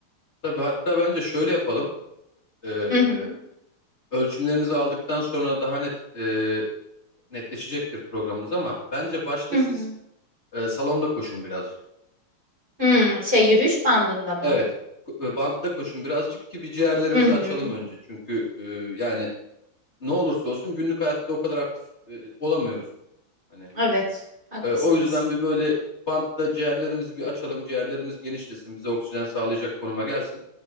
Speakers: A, on the left; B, on the right.
A: Tabii hatta bence şöyle yapalım. Ee,
B: Hı hı.
A: ölçümlerinizi aldıktan sonra daha net e, netleşecektir programınız ama bence başta
B: Hı
A: siz
B: hı.
A: e, salonda koşun birazcık.
B: Hı, şey yürüyüş bandında mı?
A: Evet, ko- e, bantta koşun birazcık ki bir ciğerlerimizi
B: Hı hı.
A: açalım önce. Çünkü e, yani ne olursa olsun günlük hayatta o kadar aktif e, olamıyoruz. Hani
B: Evet, haklısınız.
A: e, o yüzden bir böyle bantta ciğerlerimizi bir açalım. Ciğerlerimiz genişlesin, bize oksijen sağlayacak konuma gelsin.